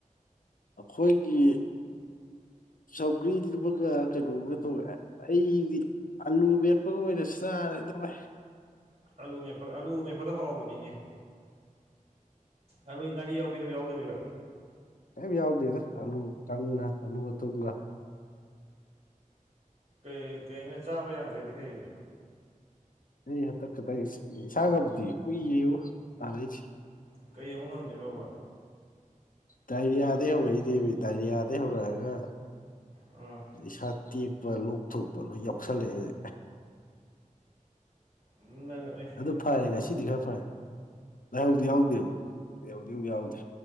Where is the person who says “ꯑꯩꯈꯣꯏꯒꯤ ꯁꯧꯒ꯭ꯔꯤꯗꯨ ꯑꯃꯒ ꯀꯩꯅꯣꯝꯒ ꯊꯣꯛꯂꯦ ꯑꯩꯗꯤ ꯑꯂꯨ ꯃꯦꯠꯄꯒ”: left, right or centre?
Left